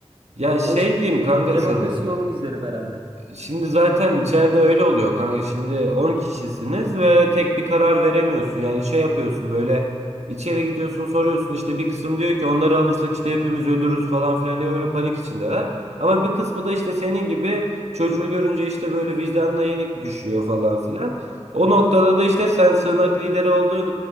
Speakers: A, on the right (about 75°); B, on the right (about 45°).
A: Ya şey
B: o şekilde
A: diyeyim
B: bir
A: kanka
B: demokrasi
A: sana.
B: yolunu izlerim herhalde.
A: Şimdi zaten içeride öyle oluyor kanka. Şimdi 10 kişisiniz ve tek bir karar veremiyorsun. Yani şey yapıyorsun böyle içeri gidiyorsun soruyorsun işte bir kısım diyor ki onları alırsak işte hepimiz ölürüz falan filan diye böyle panik içindeler. Ama bir kısmı da işte senin gibi çocuğu görünce işte böyle vicdanına yenik düşüyor falan filan. O noktada da işte sen sığınak lideri olduğun